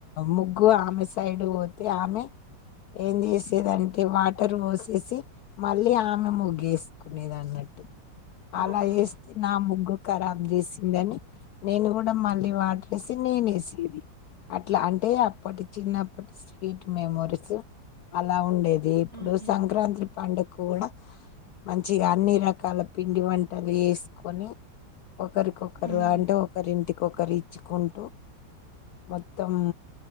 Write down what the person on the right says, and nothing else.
అవునా
ఊహు
హ్మ్